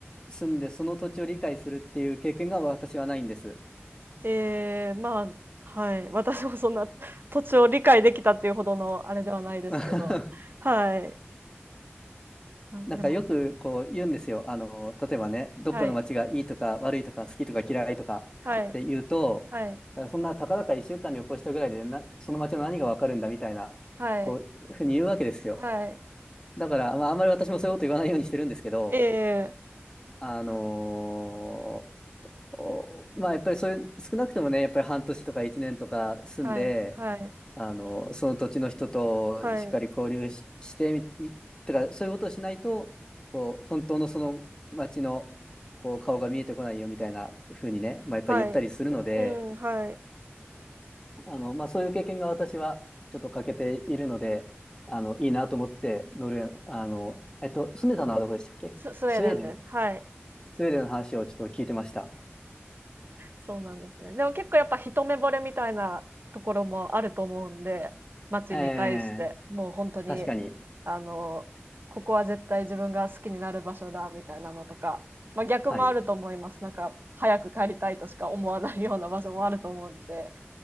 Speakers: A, on the left; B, on the right.
A: 住んで、その土地を理解するっていう経験が私はないんです。
B: ええ、まあ、はい。私もそんな土地を理解できたっていうほどのあれではないですけど。
A: <laughs>
B: はい。あ、でも、
A: なんかよくこう言うんですよ。あの、例えばね、どっかの街がいいとか悪いとか好きとか嫌いとかって言うと、
B: はい。はい。はい。
A: そんなたかだか1週間旅行したぐらいでな、その街の何がわかるんだみたいな、
B: はい。
A: こう、ふうに言うわけですよ。
B: はい。
A: だから、まあ、あんまり私もそういうこと言わないようにしてるんですけど、
B: ええ、
A: あのーおまあ、やっぱりそういう、少なくともね、やっぱり半年とか1年とか住んで、
B: はい。はい。
A: あの、その土地の人としっかり交流し、
B: はい。
A: してみ、み、とか、そういうことをしないと、こう、本当のその町の、こう、顔が見えてこないよみたいな風にね、まあ、やっぱり言ったりするので、
B: はい。うん、はい。
A: あの、まあ、そういう経験が私はちょっと欠けているので、あの、いいなと思って、ノルウェーの、あの、えっと、住んでたのはどこでしたっけスウェーデン
B: ス、スウェーデンです。はい。
A: スウェーデンの話をちょっと聞いてました。
B: そうなんですね。でも結構やっぱ一目惚れみたいなところもあると思うんで、街に対して、
A: えー
B: もう本当に、
A: 確かに。
B: あの、ここは絶対自分が好きになる場所だみたいなのとか、まあ、逆もあると思います。
A: はい。
B: なんか、早く帰りたいとしか思わないような場所もあると思うんで、